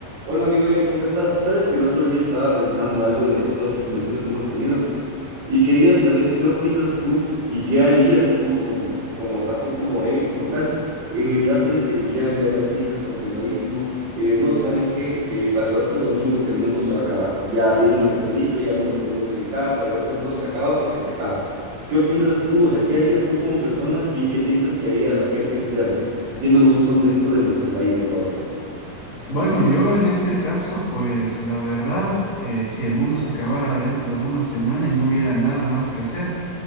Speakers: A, on the right (about 80°); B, on the left (about 45°).
A: Hola amigo Eric, ¿cómo estás? Sabes que el otro día estaba pensando algo de todas las conversaciones que hemos tenido y quería saber qué opinas tú y qué harías tú con, como, o sea, tú como Eric como tal, en el caso de que dijeran ya en noticias confirmadísimo, eh, no, ¿saben qué? Eh, para el otro domingo el mundo se va a acabar. Ya viene un meteorito, ya no lo pudimos evitar, para el otro mundo se acaba porque se acaba. ¿Qué opinas tú? O sea, ¿qué harías tú como persona y qué piensas que haría la gente externa, yéndonos a un contexto de nuestro país, de Ecuador?
B: Bueno, yo en este caso, pues la verdad, eh, si el mundo se acabara dentro de una semana y no hubiera nada más que hacer,